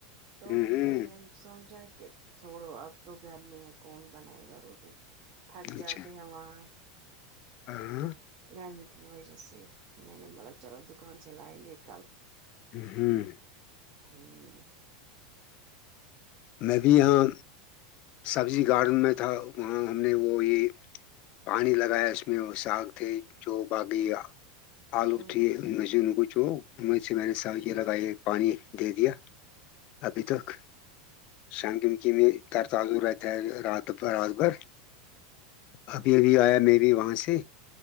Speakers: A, on the right; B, on the left.
A: تو
B: ہوں ہوں
A: میں نے سوچا کہ چھوڑو اب تو گھر میں ہے کون بنائے گا روٹی تھک جاتے
B: اچھا
A: ہے وہاں
B: ہاں
A: گرم کی وجہ سے میں نے بولا چلو دکان سے لائیں گے کل
B: ہوں
A: ہاں
B: میں بھی یہاں سبزی گارڈن میں تھا وہاں ہم نے وہ یہ پانی لگایا اس میں وہ ساگ تھے جو باغی آلو
A: آج
B: تے ان میں سے ان کو چو ان میں سے میں نے سب لگائی پانی دے دیا ابھی تک سگم کہ میں ت صاف سھر ہے رات رات بھر ابھی ابھی آیا میں بھی وہاں سے